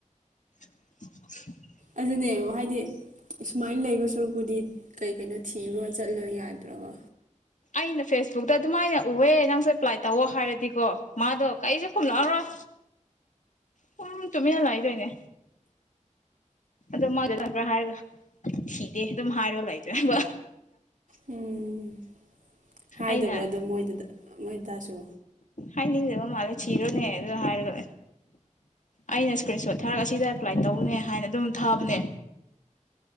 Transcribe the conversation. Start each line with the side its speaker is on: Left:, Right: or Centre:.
Left: <inaudible>
Right: ꯑꯗꯨꯅꯦ ꯍꯥꯏꯗꯤ ꯁꯨꯃꯥꯏꯅ ꯂꯩꯕꯁꯨ ꯁꯔꯨꯛꯄꯨꯗꯤ ꯀꯩ ꯀꯩꯅꯣ ꯊꯤꯔ ꯆꯠꯂ ꯌꯥꯗ꯭ꯔꯕ
Left: ꯑꯩꯅ ꯐꯦꯁꯕꯨꯛꯇ ꯑꯗꯨꯃꯥꯏꯅ ꯎꯑꯦ ꯅꯪꯁꯨ ꯑꯦꯄ꯭ꯂꯥꯏ ꯇꯧꯑꯣ ꯍꯥꯏꯔꯗꯤꯀꯣ ꯃꯥꯗꯣ ꯀꯩꯁꯨ ꯈꯨꯝꯂꯛꯑꯔꯣꯏ ꯁꯨꯝ ꯇꯨꯃꯤꯟꯅꯂꯛꯏꯗꯣꯏꯅꯦ ꯑꯗꯨ ꯃꯥ ꯆꯕ꯭ꯔꯥ ꯍꯥꯏꯔꯒ ꯁꯤꯗꯦ ꯑꯗꯨꯝ ꯍꯥꯏꯔꯒ ꯂꯩꯇ꯭ꯔꯕ
Right: ꯎꯝ ꯍꯥꯏꯗꯕ꯭ꯔꯥ
Left: ꯑꯩꯅ
Right: ꯑꯗꯣ ꯃꯣꯏꯗꯨꯗ ꯃꯣꯏꯗꯁꯨ
Left: ꯍꯥꯏꯅꯤꯡꯗꯕ ꯃꯥꯜꯂꯦ ꯊꯤꯔꯣꯅꯦ ꯑꯗꯨꯗ ꯍꯥꯏꯔꯒ ꯑꯩꯅ ꯏꯁꯀ꯭ꯔꯤꯟ ꯁꯣꯠ ꯊꯥꯔꯒ ꯁꯤꯗ ꯑꯦꯄ꯭ꯂꯥꯏ ꯇꯧꯅꯦ ꯍꯥꯏꯅ ꯑꯗꯨꯝ ꯊꯥꯕꯅꯦ